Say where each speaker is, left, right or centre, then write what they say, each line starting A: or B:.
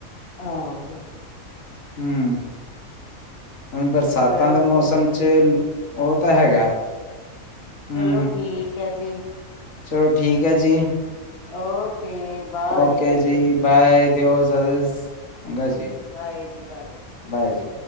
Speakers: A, on the left (about 45°); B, on the left (about 65°).
A: ਆਹੋ।
B: ਹੂੰ, ਹੁਣ ਬਰਸਾਤਾਂ
A: ਚਲੋ,
B: ਦੇ ਮੌਸਮ ਚ ਉਹ ਤਾਂ ਹੈਗਾ। ਹਮ
A: ਚਲੋ ਠੀਕ ਹੈ ਜੀ।
B: ਚਲੋ ਠੀਕ ਹੈ ਜੀ।
A: ਓਕੇ। ਬਾਏ,
B: ਓਕੇ ਜੀ ਬਾਏ ਦਿਓ, ਇਜ਼ਾਜ਼ਤ ਚੰਗਾ ਜੀ।
A: ਬਾਏ ਜੀ ਬਾਏ।
B: ਬਾਏ ਜੀ।